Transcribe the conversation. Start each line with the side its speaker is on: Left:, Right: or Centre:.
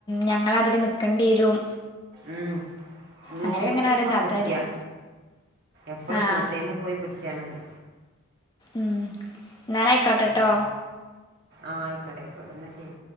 Left: ഞങ്ങളാതിരി നിക്കേണ്ടി വരും
Right: ഉം മൂത്തേയ്മ്മെ
Left: അങ്ങനെയൊക്കെ ഇങ്ങനെ പറയും താത്താര്
Right: പുടിക്ക്യ എപ്പളും
Left: ആഹ്
Right: മൂത്തേഴ്മെ പോയി പിടിച്ചാ മതി
Left: ഉം ന്നാലെയ്ക്കോട്ടെട്ടൊ
Right: ഉം ആഹ് ആയിക്കോട്ടെ ആയിക്കോട്ടെ ന്നാ ശരി